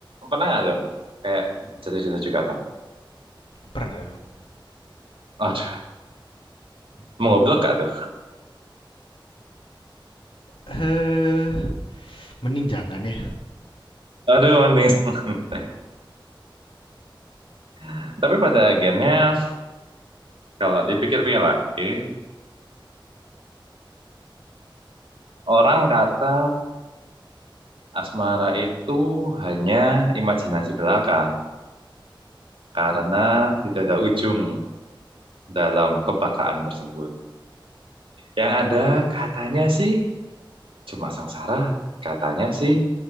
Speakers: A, on the right; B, on the left.
A: pernah nggak tuh? Kayak jatuh-jatuh juga tuh.
B: pernah dong.
A: Aduh, mau goblok gak tuh?
B: eh mending jangan ya
A: Aduh, mending setengah. <laughs> Tapi pada akhirnya, kalau dipikir-pikir lagi, orang kata asmara itu hanya imajinasi belaka. Karena tidak ada ujung. dalam kebakaan tersebut. Yang ada katanya sih cuma sengsara, katanya sih